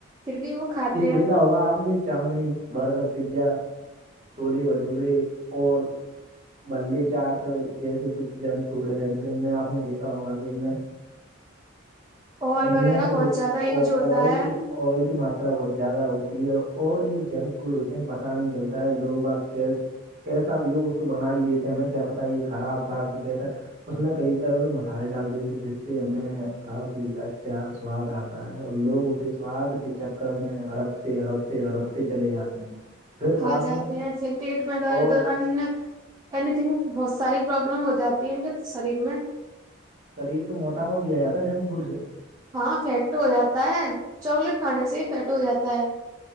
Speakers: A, on the right; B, on the right.
A: پھر بھی وہ کھاتے
B: یے
A: ہیں
B: دیکھا ہوگا آپ نے چاؤمین برگر پیزا چھولے بھٹورے اور بلے چاٹ جیسے کچھ جنک فوڈ ہیں تو ان میں آپ نے دیکھا ہوگا کی ان میں
A: ائل
B: ان
A: وغیرہ
B: میں وہ
A: بہت زیادہ یوز ہوتا
B: آئل
A: ہے
B: کی آئل کی مات ترا بہت زیادہ ہوتی ہے اور یے جنک فوڈ ہوتے ہیں پتہ نہیں چلتا ہے لوگ بہار کیسے کیسا بھی ہو اس کو بنا ہی دیتے ہمیں کیا پتا یے خراب تھا کی کیسے اس میں کئی طرح کے مصالے ڈال دی تھے جس سے ہمیں کافی اچھا سواد آتا تا ہے اور لوگ اسے سواد کے چکر میں اڑپتے اڑپتے اڑپتے چلے جاتے ہیں پھر
A: کھا
B: بعد
A: جاتے
B: میں
A: ہیں پھر پیٹ میں درد
B: اور
A: ان اینی تھنگ بہت ساری پروابلم ہو جاتی ہے ان کے شریر میں
B: شریر کو موٹاپا بھی آ جاتا ہے جنگ فوڈ سے
A: ہاں فٹ ہو جاتا ہے چاکلیٹ کھانے سے ہی فیٹ ہو جاتا ہے